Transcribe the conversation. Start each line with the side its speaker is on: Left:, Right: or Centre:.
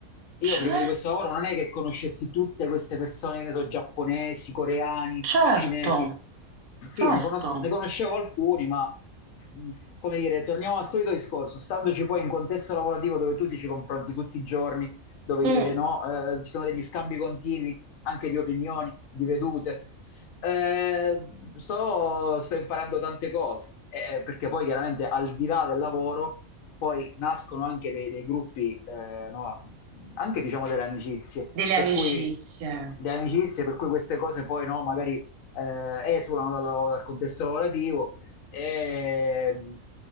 Left: io
Right: Cioè,
Left: prima di questo lavoro non è che conoscessi tutte queste persone, che so, giapponesi, coreani,
Right: certo,
Left: cinesi. Sì,
Right: certo.
Left: ne, conos- ne conoscevo alcuni, ma mh, come dire, torniamo al solito discorso, standoci poi in contesto lavorativo dove tu ti ci confronti tutti i giorni, dove
Right: Mm,
Left: eh, no, eh, ci sono degli scambi continui, anche di opinioni, di vedute. Eh, sto, sto imparando tante cose, eh, eh, perché poi chiaramente al di là del lavoro poi nascono anche dei, dei gruppi, eh, no, anche diciamo delle amicizie,
Right: Delle
Left: per
Right: amicizie.
Left: cui delle amicizie, per cui queste cose poi no, magari eh, esulano dal, lav- dal contesto lavorativo e,